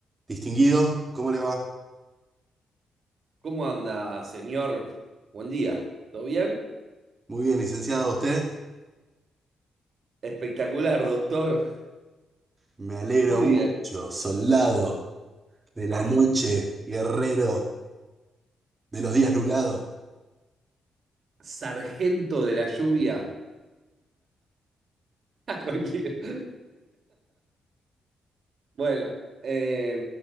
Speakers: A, on the right; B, on the right.
A: Distinguido, ¿cómo le va?
B: ¿Cómo anda, señor? Buen día. ¿Todo bien?
A: Muy bien, licenciado, ¿usted?
B: Espectacular, doctor.
A: Me alegro
B: Muy
A: mucho,
B: bien.
A: soldado de la
B: Ah,
A: noche, guerrero de los días nublados.
B: sargento de la lluvia. <laughs> A cualquier- Bueno, eh,